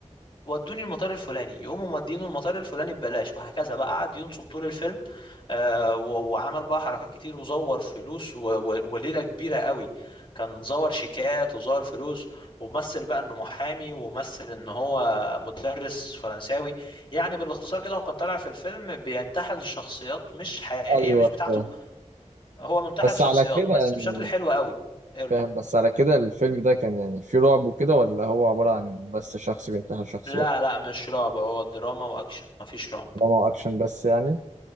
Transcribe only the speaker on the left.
ودوني المطار الفلاني يقوموا مودينه المطار الفلاني ببلاش وهكذا بقى قعد ينصب طول الفيلم آه، و- وعمل بقى حركات كتير وزور فلوس و- و- وليلة كبيرة قوي كان زور شيكات وزور فلوس ومثل بقى انه محامي ومثل ان هو مدرس فرنساوي يعني بالاختصار كده هو كان طالع في الفيلم بينتحل شخصيات مش حقيقية
مش بتاعته
هو منتحل
شخصيات
بس
بشكل حلو قوي قول.
لا لا مش رعب هو دراما واكشن مفيش رعب